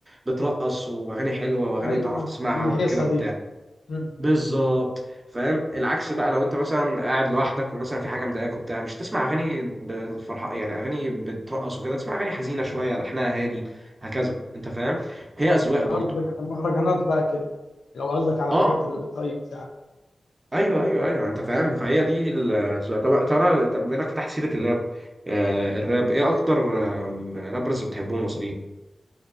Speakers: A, on the right (about 30°); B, on the left (about 85°).
A: بترقص واغاني حلوه واغاني
B: ايوه
A: تعرف تسمعها
B: الهيصة
A: وكده وبتاع
B: دي مم.
A: بالظبط فاهم العكس بقى لو انت مثلا قاعد لوحدك ومثلا في حاجه مضايقاك وبتاع مش تسمع اغاني بالفرحه يعني اغاني بترقص وكده تسمع اغاني حزينه شويه لحنها هادي هكذا انت فاهم هي
B: قصد-
A: اذواق برضو
B: قصدك على المهرجانات بقى كده لو قصدك على
A: اه
B: حاجات اللي بتهيص يعني
A: ايوه ايوه ايوه انت فاهم فهي دي ال... طب ترى طب بما انك فتحت سيره اللاب آه الراب ايه اكتر آم، رابرز بتحبهم المصريين؟